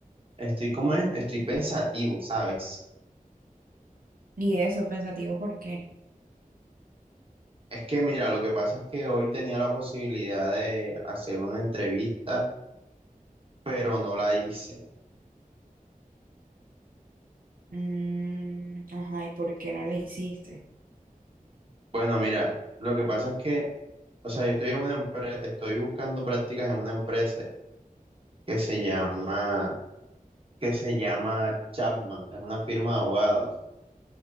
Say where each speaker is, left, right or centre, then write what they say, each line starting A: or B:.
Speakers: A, on the right (about 40°); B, on the right (about 75°).
A: estoy, ¿cómo es? Estoy pensativo, ¿sabes?
B: Y eso, pensativo, ¿por qué?
A: Es que mira, lo que pasa es que hoy tenía la posibilidad de hacer una entrevista, pero no la hice.
B: Mm, ajá, ¿y por qué no le hiciste?
A: Bueno, mira, lo que pasa es que, o sea, yo estoy en una empresa, estoy buscando prácticas en una empresa que se llama, que se llama Chapman, es una firma de abogados.